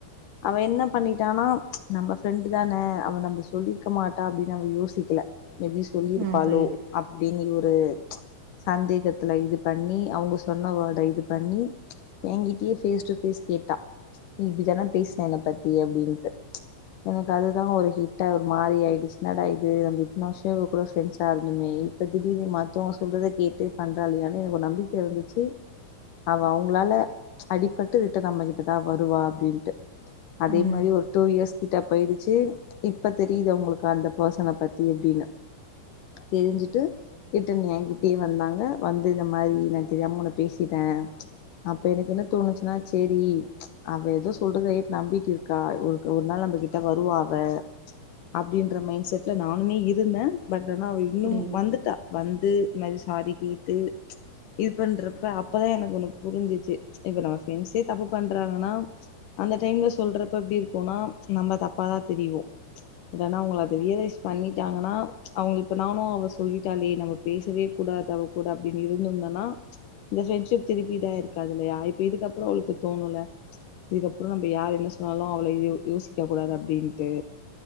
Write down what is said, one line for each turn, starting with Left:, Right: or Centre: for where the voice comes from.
Left: அவ என்ன பண்ணிட்டானா நம்ம ஃப்ரெண்டு் தானே அவ நம்ம சொல்லியிருக்க மாட்டா அப்டின்னு அவ யோசிக்கல மேபி சொல்லியிருப்பாலோ
Right: ம். புரியுது.
Left: அப்டின்னி ஒரு சந்தேகத்துல இது பண்ணி அவங்க சொன்னவேட இது பண்ணி எனங்கிட்டயே பேஸ் டு பேஸ் கேட்டா நீ இப்டிதானா பேசின என்ன பத்தி அப்டின்னுட்டு எனக்கு அதுதா ஒரு ஹிட்டா ஒரு மாறி ஆயிடுச்சின்னாடா இது நம்ப ன வர்ஷோ இவ கூட ஃப்ரெண்ட்ஸா இருந்துமே இப்போ திடீனு மத்தவங்க சொல்றத கேட்டு பண்றாளே ஆனா எனக்கு ஒரு நம்பிக்க இருந்துச் சி அவ அவங்களால அடிப்பட்டு விட்டு நம்மகிட்டதா வருவா அப்டின்ட்டு அதே
Right: ம்.
Left: மாரி ஒரு டூ இயர்ஸ் கிட்ட போயிடுச்சி இப்ப தெரியுது அவுங்களுக்கு அந்த பர்சன பத் தி எப்டின்னு தெரிஞ்சிட்டு ரிட்டன் ஏங்கிட்டயே வந்தாங்க வந்து இந்த மாரி நா தெரியாம உன்ன பேசிட்டே அப்ப எனக்கு என்ன தோணுச்சுன்னா செரி அவ ஏதோ சொல்றத கேட் நம்பிட் இருக் கா ஒருக் ஒரு நாள் நம்மகிட்ட வருவா அவ அப்டின்ற மைண்ட் செட்ல நா னே இருந்தே பட் ஆனா அவ இன்னும்ஸவந்துட்டா
Right: புரியுது.
Left: வந்து இந்த மாரி சாரி கேட்டு இது பண்றப்ப அப்பதா எனக்கு ஒண்ணு புரிஞ்சிச்சு இப்ப நம்ம ஃப்ரெண்ட்ஸே தப்பு பண்றாங்கன்னா அந்த டைம்ல சொல்றப்ப எப்டி இருக்குனா நம்ப தப்பாதா தெரியிவோ என்னன்னா அவுங்கள அத ரியலைஸ் பண்ணிட்டாங்கனா அவங்க இப்ப நானு அவ சொல்லிட்டாலே நம்ம பேசவே கூடாது அவ கூட அப்டின்னு இருந்துந்தனா இந்த ஃப்ரெண்ட்ஷிப் திருப்பிதா இதாயிருக்காது இல்லையா இப்ப இதுக்கப்புறம் அவளுக்கு தோணுல இதுக்கப்புறம் நம்ம யா என்ன சொன்னாலு அவள யோசிக்க கூடாது அப்டின்ட்டு